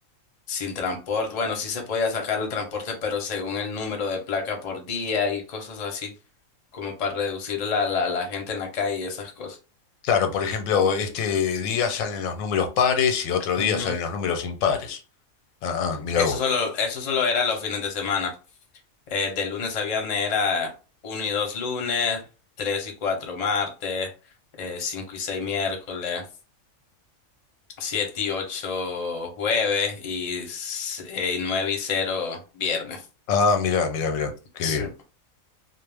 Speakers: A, on the left (about 40°); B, on the left (about 80°).
A: sin transporte. Bueno, sí se podía sacar el transporte, pero según el número de placa por día y cosas así, como para reducir la, la, la gente en la calle y esas cosas.
B: Claro, por ejemplo, este día salen los números pares y otro día
A: Ujú.
B: salen los números impares. Ah, ah, mira
A: Eso
B: vos.
A: solo, eso solo era los fines de semana. Eh, de lunes a viernes era uno y 2 lunes, 3 y 4 martes, eh, 5 y 6 miércoles, 7 y 8 jueves y, s- eh, y 9 y 0 viernes.
B: Ah, mira, mira, mira, qué
A: Sí.
B: bien.